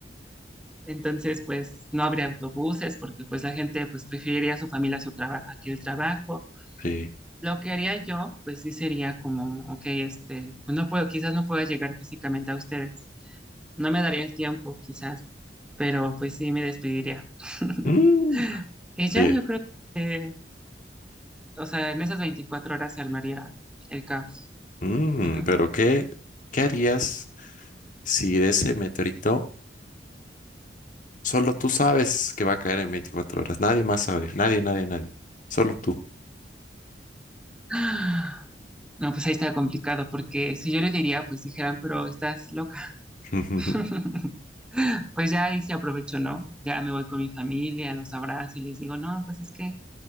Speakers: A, in the centre; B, on the left.
A: Entonces, pues no habría autobuses porque pues la gente pues preferiría a su familia a su trabajo, aquí el trabajo.
B: sí.
A: Lo que haría yo, pues sí sería como, ok, este, pues no puedo, quizás no pueda llegar físicamente a ustedes No me daría el tiempo, quizás, pero pues sí me despediría. <laughs>
B: Mm,
A: Ella,
B: oye,
A: yo creo que, o sea, en esas 24 horas se armaría el caos.
B: mm,
A: Ajá.
B: pero ¿qué, qué harías si de ese meteorito solo tú sabes que va a caer en 24 horas? Nadie más sabe, nadie, nadie, nadie. Solo tú.
A: <gasps> No, pues ahí está complicado, porque si yo le diría, pues dijeran, pero estás loca.
B: <laughs>
A: <laughs> Pues ya ahí se aprovechó ¿no? Ya me voy con mi familia, los abrazo y les digo, no, pues es que